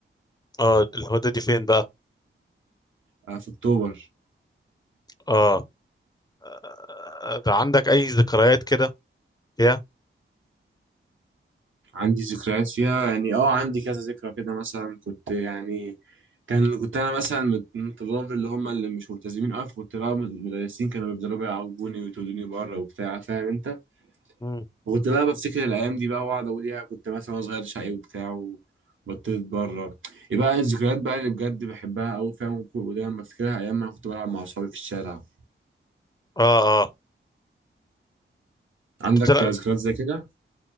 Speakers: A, on the left; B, on the right.
A: آه، الهدى دي فين بقى
B: آه، في اكتوبر
A: اه آه، ده عندك اي ذكريات كده يا
B: عندي ذكريات فيها يعني اه عندي كذا ذكرى كده مثلا كنت يعني كان كنت انا مثلا من من الطلاب اللي هم اللي مش ملتزمين قوي فكنت بقى المدرسين كانوا بيفضلوا بقى يعاقبوني ويطردوني بره وبتاع فاهم انت
A: مم.
B: وكنت بقى بفتكر الايام دي بقى واقعد اقول يا كنت مثلا وأنا صغير شقي وبتاع وبطلت بره يبقى الذكريات بقى اللي بجد بحبها قوي فاهم وكل- ودايما بفتكرها ايام ما كنت بلعب مع اصحابي في الشارع
A: اه اه
B: عندك
A: كنت بتلعب
B: ذكريات زي كده